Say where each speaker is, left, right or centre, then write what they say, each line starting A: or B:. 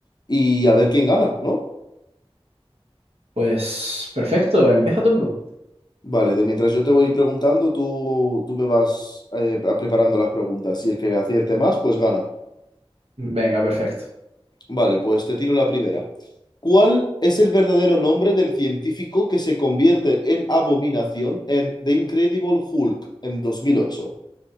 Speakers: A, on the left; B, on the right.
A: y a ver quién gana, ¿no?
B: Pues perfecto, empieza tú.
A: Vale, de mientras yo te voy preguntando, tú, tú me vas eh, preparando las preguntas y el que acierte más, pues gana.
B: Venga, perfecto.
A: Vale, pues te tiro la primera. ¿Cuál es el verdadero nombre del científico que se convierte en abominación en The Incredible Hulk en dos mil ocho